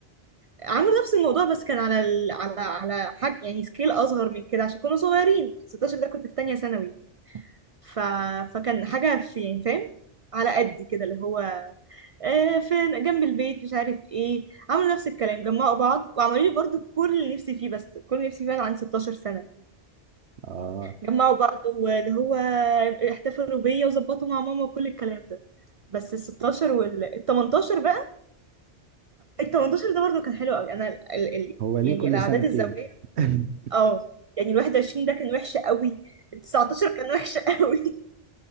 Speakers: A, on the right; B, on the right.
A: عملوا نفس الموضوع بس كان على ال... على على حاجه يعني سكيل اصغر من كده عشان كنا صغيرين 16 ده كنت في تانية ثانوي ف... فكان حاجه في يعني فاهم على قدي كده اللي هو آه، فين جنب البيت مش عارف ايه عملوا نفس الكلام جمعوا بعض وعملوا لي برضو كل اللي نفسي فيه بس كل اللي نفسي فيه انا عن 16 سنة
B: اه
A: جمعوا بعض واللي هو احتفلوا بيا وظبطوا مع ماما وكل الكلام ده بس ال 16 وال ال 18 بقى ال 18 ده برضو كان حلو قوي انا ال... ال... ال...
B: هو ليه
A: يعني
B: كل
A: الاعداد
B: سنتين
A: الزوجية
B: <laughs>
A: اه يعني ال 21 ده كان وحش قوي ال 19 كان وحش قوي